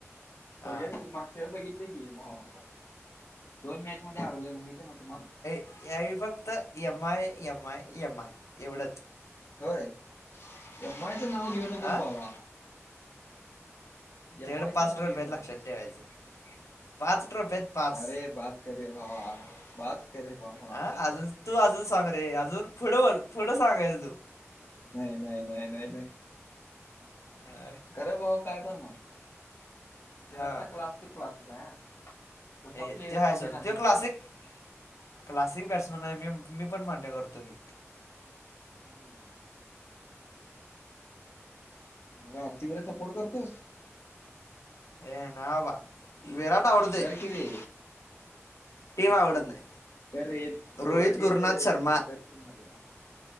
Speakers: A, on the left; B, on the left.
A: हा
B: बघेल की, मागच्या वेळ बघितली की, भावा दोन मॅच मध्ये हरलेलो माहित आहे न तुम्हाला?
A: या वेळी फक्त M I, M I, M I एवढंच.
B: होय. एम आय चं नाव घेऊ नकोस
A: हा
B: बाबा. एम
A: तेवढं
B: आय
A: पाच
B: चं नाव
A: ट्रॉफी
B: घेऊ
A: आहेत
B: नकोस.
A: लक्षात ठेवायचं पाच ट्रॉफी आहेत पाच
B: अरे बास् <unintelligible>
A: हा अजून तू अजून सांग रे अजून पुढं बोल पुढं सांगायाच तू
B: नाही नाही नाही नाही नाही,
A: हा,
B: खरं भाऊ काय पण म्हण विराट
A: हा
B: चा क्लास तो क्लास होता हा, तसा
A: ए
B: प्लेअर
A: ते आहे
B: होणे
A: सोड
B: नाही
A: तो क्लासिक
B: परत
A: क्लासिक बॅट्समन आहे मी, मी पण मान्य करतो की.
B: हम् हम मग आर सी बी ला सपोर्ट करतोस?
A: ए ना बाबा विराट आवडतोय
B: कर की रे
A: ते आवड नाही
B: तर ते
A: रोहित
B: दोघात डील
A: गुरुनाथ
B: करूया
A: शर्मा
B: की आपण कर कि मर्दा